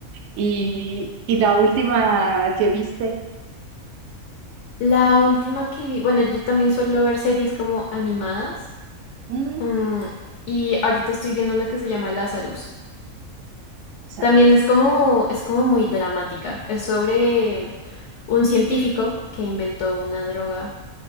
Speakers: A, on the right (about 65°); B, on the left (about 65°).
A: Y, y la última que viste,
B: La última que vi, bueno, yo también suelo ver series como animadas,
A: mm,
B: mm, y ahorita estoy viendo una que se llama Lazarus.
A: Saru.
B: También es como, es como muy dramática. Es sobre un científico que inventó una droga,